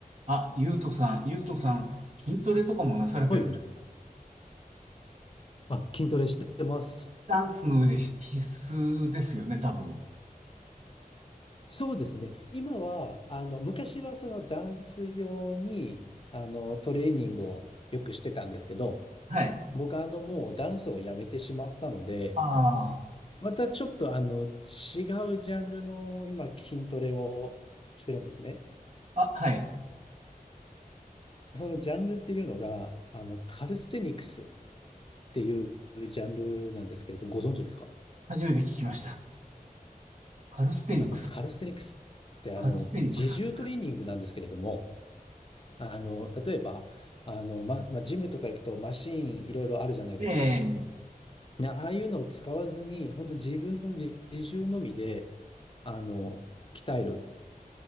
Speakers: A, on the right; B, on the left.
A: あ、ゆうとさん、ゆうとさん、筋トレとかもなされてるんで、
B: はい。あ、筋トレしてます。
A: ダンスの上で必必須ですよね、多分。
B: そうですね。今は、あの、昔はそのダンス用に、あの、トレーニングをよくしてたんですけど、
A: はい。
B: 僕はあの、もうダンスをやめてしまったので、
A: あ
B: またちょっとあの、違うジャンルの今、筋トレをしてるんですね。
A: あ、あ、はい。
B: そのジャンルっていうのが、あの、カルステニクスっていうジャンルなんですけれども、ご存知ですか
A: 初めて聞きました。カルステニクス。
B: あの、カルステニクスってあの、
A: カルステニクス。
B: 自重トレーニングなんですけれども、あの、例えば、あの、ま、まあ、ジムとか行くとマシーンいろいろあるじゃないですか。
A: ええ。
B: いや、ああいうのを使わずに、本当自分の自自重のみで、あの、鍛える